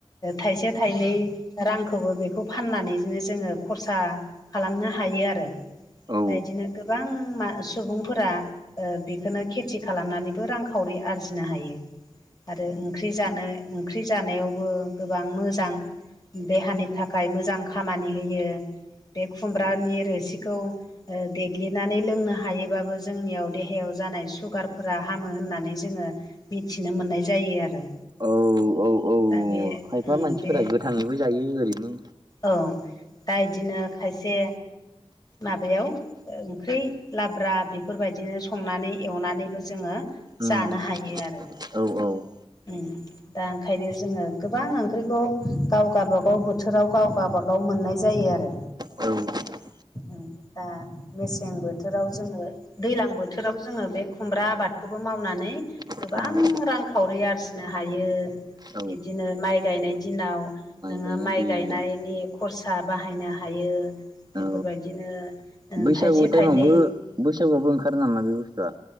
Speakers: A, on the left (about 35°); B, on the right (about 40°).
A: थाइसे थाइनै रां बेखौ फाननानैनो जोङो खरसा खालामनो हायो आरो
B: औ
A: बायदिनो। गोबां मासु सुबुंफोरा ओ बेखौनो खेथि खालामनानैबो रांखावरि आरजिनो हायो। आरो ओंख्रि जानो ओंख्रि जानायावबो गोबां मोजां। देहानि थाखाय मोजां खामानि होयो। बे खुमब्रानि रोसिखौ देग्लिनानै लोंनो हायो। थोबाबो जोंनियाव देहायाव जानाय सुगारफोरा हामो होननानै जोङो। मिथिनो मोननाय जायो आरो
B: औ औ औ
A: दा बे
B: खायफा
A: उम
B: मानसिफोरा
A: बे
B: गोथाङैबो जायो ओरैनो।
A: औ दा इदिनो खायसे। माबायाव ओंख्रि लाब्रा बेफोरबायदिनो संनानै एवनानैबो जोङो। जानो
B: उम
A: हायो आरो।
B: औ - औ।
A: उम। दा ओंखायनो जोङो गोबां ओंख्रिखौ गाव गाबागाव बोथोराव गाव गाबागाव बाव मोननाय जायो आरो।
B: औ।
A: उम दा मेसें बोथोराव जोङो दैज्लां बोथोराव जोङो बे खुमब्रा आबादखौबो मावनानै। गोबां
B: औ
A: रांखावरि आरजिनो हायो
B: औ
A: बिदिनो माइ गायनाय दिनाव। नोङो
B: गायनाय
A: माइ
B: दिन
A: गायनायनि खरसा बाहायनो हायो बेफोरबायदिनो।
B: औ बैसागु
A: थाइसे
B: टाइमावबो
A: थाइनै
B: बैसागुआवबो ओंखारो नामा बे बुस्थुआ।